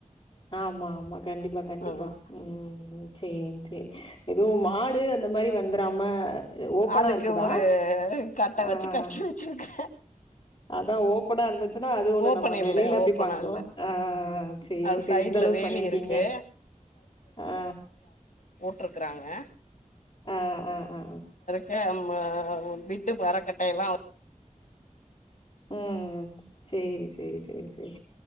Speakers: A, on the left (about 35°); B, on the left (about 80°).
A: ஆமா ஆமா கண்டிப்பா கண்டிப்பா
B: ம்
A: ம் சேரி சேரி எதுவும் மாடு அந்த மாரி வந்துராம ஓப்பனா
B: அதுக்கு
A: இருக்குதா?
B: ஒரு கட்ட வெச்சு
A: ஆ.
B: கட்டி வெச்சுருக்க
A: அதா ஓப்பனா இருந்துச்சுன்னா அது ஒண்ணு
B: ஓப்பன்
A: நம்ம
B: இல்ல
A: வெளில அப்டி
B: ஓப்பனா
A: பண்லா
B: இல்ல
A: ஆ ஆ ஆ ஆ சேரி
B: அது
A: சேரி
B: சைட்ல
A: இந்த அளவுக்கு
B: வேலி
A: பண்ணிருக்கீங்க
B: இருக்கு
A: ஆ
B: போட்டுருக்குறாங்க
A: ஆ ஆ ஆ ஆ
B: க அம்மா பிட்டு மரக்கட்டை எல்லா
A: ம் சேரி சேரி சேரி சேரி